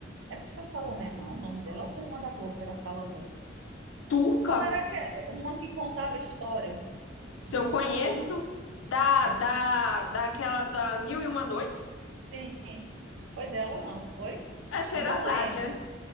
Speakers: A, on the right (about 75°); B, on the left (about 85°).
A: Era Salomé, não, o nome dela, ou foi uma da Globo que era Salomé?
B: turca,
A: Qual era que, uma que contava história?
B: se eu conheço,
A: Eu não,
B: da,
A: eu
B: da,
A: não.
B: daquela da Mil e Uma Noites,
A: Sim, foi dela, não, não foi?
B: é Sheherazade,
A: Eu não lembro.
B: é?